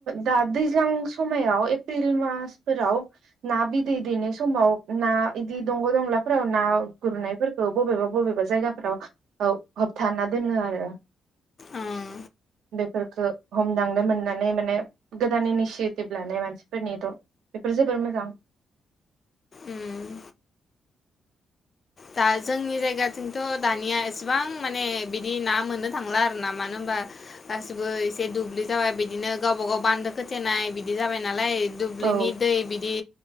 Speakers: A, on the right; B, on the left.
A: दा दैज्लां समायाव एप्रिल मासफोराव ना बिदै दैनाय समाव ना इदि दंग दंलाफोराव ना गुरनायफोरखौ बबेबा बबेबा जायगाफोराव होबथाना दोनो आरो
B: उम
A: बेफोरखौ हमदां नो मोननानै माने गोदान इनिसियेटिभ लानाय मानसिफोरनिथ बेफोर जोबोर मोजां
B: उम दा जोंनि जायगाथिंथ दानिया एसेबां माने बिदि ना मोननो थांला आर ना मानो होनबा गासिबो एसे दुब्लि जाबाय बिदिनो गावबा गाव बान्दो खोथेनाय बिदि जाबाय नालाय दुब्लिनि
A: औ
B: दै बिदि